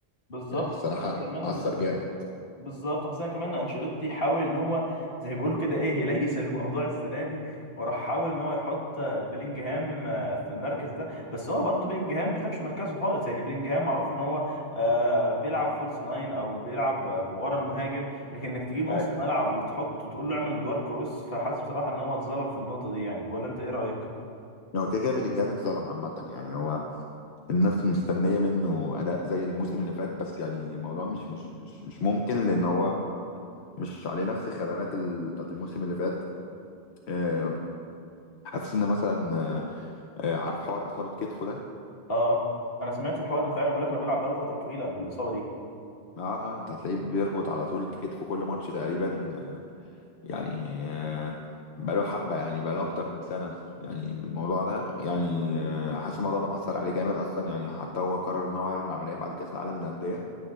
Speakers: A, on the left (about 60°); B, on the left (about 80°).
A: بالظبط
B: يعني الصراحة
A: خاصه كمان
B: أثر
A: ان
B: جامد
A: بالظبط خاصة كمان انشيلوتي حاول ان هو زي ما بيقولوا كده ايه يليس الموضوع السنة دي وراح حاول ان هو يحط بلينجهام في المركز ده بس هو برضه بلينجهام مش ده مش مركزه خالص يعني بلينجهام معروف ان هو آه، بيلعب فولس ناين او بيلعب ورا المهاجم لكن انك تجيبه
B: أيوة.
A: نص ملعب وتحطه تقول له اعمل دوار كروس فحاسس بصراحة ان هو اتظلم في النقطة دي يعني ولا انت ايه رأيك؟
B: هو كده كده بلينجهام اتظلم عامة يعني هو الناس مستنية منه أداء زي الموسم اللي فات بس يعني الموضوع مش مش مش مش ممكن لأن هو مش عليه نفس الخدمات ال- بتاعت الموسم اللي فات آه، حاسس إن مثلا آه، عارف حوار اصابه كتفه ده
A: اه انا سمعت الحوار ده فعلا بقول لك انه بيلعب بقاله فترة طويلة بالاصابة دي
B: اه آه، انت هتلاقيه بيربط على طول كتفه كل ماتش تقريبا يعني آه، بقاله حبه يعني بقاله اكتر من سنه يعني الموضوع ده يعني آه، حاسس الموضوع ده مأثر عليه جامد اصلا يعني حتى هو قرر ان هو يعمل عمليه بعد كاس العالم للانديه